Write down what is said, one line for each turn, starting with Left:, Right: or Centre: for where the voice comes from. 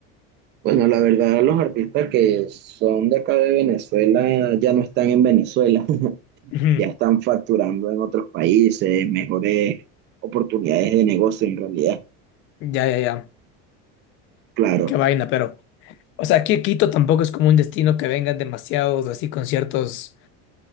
Right: Bueno, la verdad, los artistas que son de acá de Venezuela ya no están en Venezuela, <laughs>
Left: Ujú.
Right: ya están facturando en otros países, mejores oportunidades de negocio en realidad,
Left: Ya, ya, ya.
Right: claro.
Left: Qué vaina, pero. O sea, aquí Quito tampoco es como un destino que vengan demasiados así conciertos.